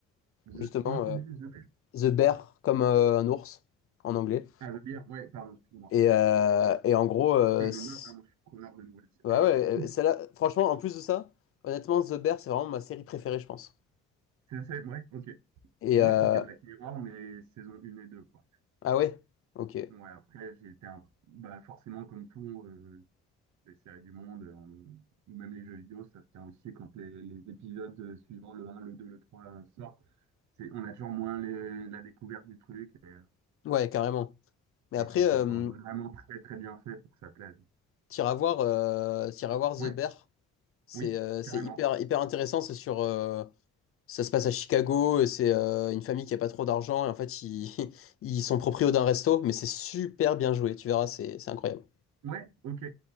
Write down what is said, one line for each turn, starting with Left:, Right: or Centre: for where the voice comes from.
Right: The-
Left: justement,
Right: comment tu
Left: euh,
Right: dis The Bear?
Left: The Bear comme euh, un ours en anglais.
Right: Ah, The Bear, ouais, pardon, excuse-moi.
Left: Et, euh,
Right: Ok,
Left: et en gros, euh,
Right: que je
Left: c'est-
Right: note, hein, moi je suis preneur de nouvelles séries.
Left: ouais, ouais,
Right: <laughs>
Left: euh, celle-là, franchement, en plus de ça, honnêtement, The Bear, c'est vraiment ma série préférée, je pense.
Right: C'est, c'est- ouais, ok.
Left: Et
Right: Moi,
Left: euh,
Right: c'était Black Mirror, mais saison 1 et 2 quoi.
Left: ah ouais, ok,
Right: Ouais, après, j'ai été un... bah, forcément, comme tout, euh, les séries du monde, euh, ou même les jeux vidéo, ça se tient aussi quand les, les épisodes euh, suivants, le un le 2 le trois euh, sortent. C'est, on a toujours moins les- la découverte du truc et euh,
Left: ouais, carrément. Mais après,
Right: il faut que
Left: euh,
Right: ce soit vraiment très très bien fait pour que ça plaise.
Left: t'iras voir, euh, t'iras voir The
Right: Ouais,
Left: Bear, c'est
Right: oui,
Left: euh, c'est
Right: carrément.
Left: hyper, hyper intéressant, c'est sur, euh, Ça se passe à Chicago, et c'est euh, une famille qui a pas trop d'argent, et en fait, ils, <laughs> ils sont proprios d'un resto, mais c'est super bien joué, tu verras, c'est c'est incroyable.
Right: Ouais, ok,